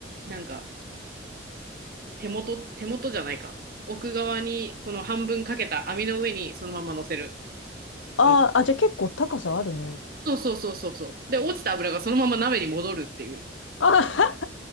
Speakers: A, on the right; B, on the left.
A: なんか手元、手元じゃないか。奥側にこの半分かけた網の上にそのまま乗せる。
B: ああ、
A: とん
B: あ、じゃあ結構高さあるね。
A: そうそうそうそうそう。で、落ちた油がそのまま鍋に戻るっていう。
B: あははは